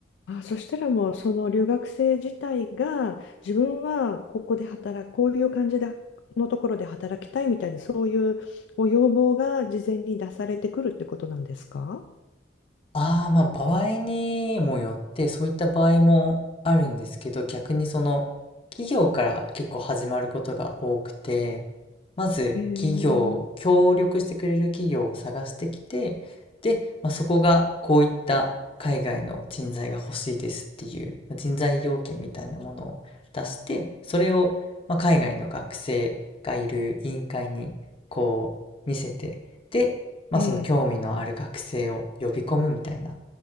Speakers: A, on the left (about 80°); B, on the left (about 30°).
A: あ、そしたらもう、その留学生自体が、自分はここで働く、こういう感じで、のところで働きたいみたいな、そういうご要望が事前に出されてくるってことなんですか
B: ああ、ま、場合にもよって、そういった場合もあるんですけど、逆にその、企業から結構始まることが多くて、まず企業協力してくれる企業を探してきて、
A: へえ、
B: で、まあ、そこがこういった海外の人材が欲しいですっていう、ま、人材要件みたいなものを出して、それを、ま、海外の学生がいる委員会にこう見せて、で、まあ、
A: ええ。
B: その興味のある学生を呼び込むみたいな